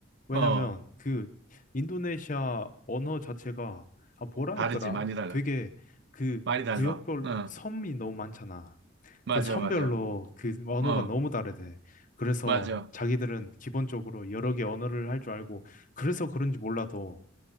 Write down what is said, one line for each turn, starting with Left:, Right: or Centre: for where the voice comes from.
Left: 왜냐면,
Right: 어.
Left: 그 인도네시아 언어 자체가, 아, 뭐라
Right: 다르지.
Left: 했더라?
Right: 많이 달라.
Left: 되게 그
Right: 많이 달라.
Left: 구역별
Right: 어,
Left: 섬이 너무 많잖아.
Right: 맞아,
Left: 그 선별로
Right: 맞아.
Left: 그 언어가
Right: 어,
Left: 너무 다르대. 그래서
Right: 맞아.
Left: 자기들은 기본적으로 여러 개 언어를 할 줄 알고 그래서 그런지 몰라도